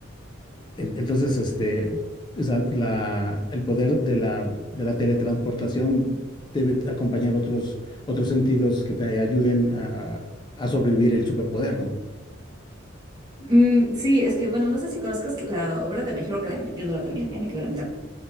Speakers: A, on the left; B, on the right.
A: En- Entonces, este, o sea, la, el poder de la, de la teletransportación debe acompañar otros, otros sentidos que te ayuden a, a sobrevivir el superpoder, ¿no?
B: Mm, sí, es que bueno, no sé si conozcas la obra de My Hero Academia. Yo no la terminé, me quedé a la mitad.